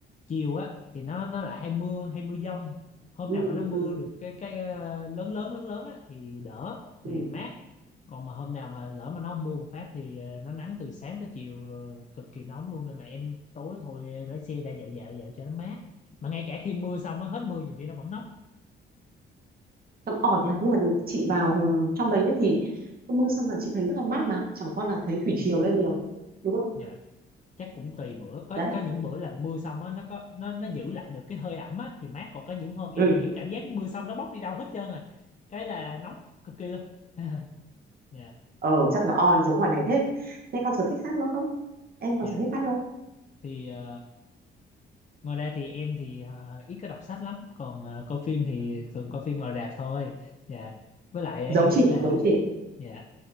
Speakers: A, on the left (about 35°); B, on the right (about 50°).
A: chiều á thì nó nó lại hay mưa hay mưa dông hôm
B: ừ
A: nào mà nó mưa
B: ừ
A: được cái cái ờ, lớn lớn lớn lớn á thì đỡ
B: ừ
A: thì mát còn mà hôm nào mà lỡ mà nó mưa một phát thì ờ, nó nắng từ sáng tới chiều rồi cực kỳ nóng luôn nên là em tối thôi lái xe ra dạo dạo dạo cho nó mát mà ngay cả khi mưa xong á hết mưa nhiều khi nó vẫn nóng
B: tầm ỏi thì nhưng mà chị vào trong đấy nhá thì không mưa xong là chị thấy rất là mát mà chẳng qua là thấy thủy triều lên nhiều đúng không
A: Dạ. chắc cũng tùy bữa có
B: đấy
A: có những bữa là mưa xong á nó có nó nó giữ lại được cái hơi ẩm á thì mát còn có những hôm em
B: ừ
A: em cảm giác mưa xong nó bốc đi đâu hết trơn rồi cái là nóng cực kỳ luôn <laughs> dạ
B: ờ chắc là oi giống ngoài này thế thế còn sở thích khác nữa không em còn
A: dạ
B: sở thích khác không
A: thì ờ, ngoài ra thì em thì ờ, ít có đọc sách lắm còn ờ, coi phim thì thường coi phim ngoài rạp thôi dạ với lại
B: giống
A: em
B: chị
A: nghĩ là
B: giống chị
A: dạ